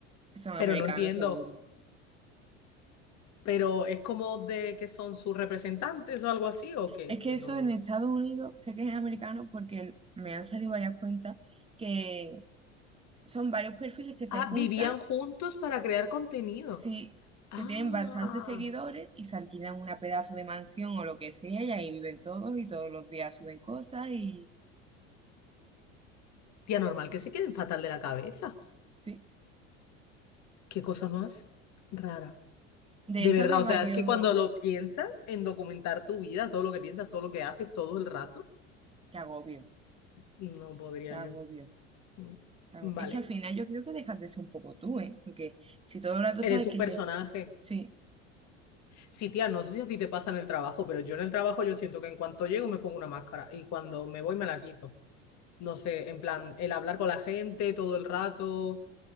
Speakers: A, on the right; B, on the left.
A: Son
B: Pero
A: americanos,
B: no entiendo,
A: seguro.
B: pero es como de que son sus representantes o algo así, o que
A: Es
B: es que
A: que eso
B: no.
A: en Estados Unidos, sé que es en americano porque me han salido varias cuentas que son varios perfiles que se
B: Ah,
A: juntan,
B: vivían juntos para crear contenido.
A: sí,
B: Ah,
A: que tienen bastantes seguidores y se alquilan una pedazo de mansión o lo que sea y ahí viven todos y todos los días suben cosas y
B: tía, normal que se queden fatal de la cabeza.
A: sí.
B: Qué cosa más rara.
A: De
B: De
A: eso
B: verdad,
A: había
B: o
A: varios...
B: sea, es que cuando lo piensas en documentar tu vida, todo lo que piensas, todo lo que haces, todo el rato,
A: Qué agobio,
B: no podría
A: qué agobio,
B: yo. Mm.
A: qué agobio.
B: Vale,
A: Es que al final yo creo que dejas de ser un poco tú, ¿eh? Porque si todo el rato
B: eres
A: sabes
B: un
A: que
B: personaje.
A: te... Sí.
B: Sí, tía, no sé si a ti te pasa en el trabajo, pero yo en el trabajo yo siento que en cuanto llego me pongo una máscara y cuando me voy me la quito. No sé, en plan, el hablar con la gente todo el rato,